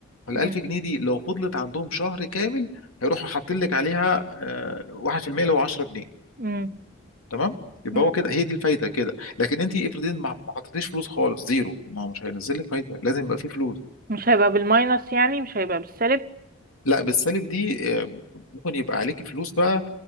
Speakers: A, on the left; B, on the right.
A: فال
B: مم.
A: 1000 جنيه دي لو فضلت عندهم شهر كامل هيروحوا حاطين لك عليها آه، 1% لو 10 جنيه
B: مم.
A: تمام؟ يبقى
B: مم.
A: هو كده هي دي الفايده كده لكن انت افرضي ما ما حطيتيش فلوس خالص زيرو ما هو مش هينزل لك فايده لازم يبقى فيه فلوس
B: مش هيبقى بالماينس يعني مش هيبقى بالسالب
A: لا بالسالب دي آه، ممكن يبقى عليكي فلوس بقى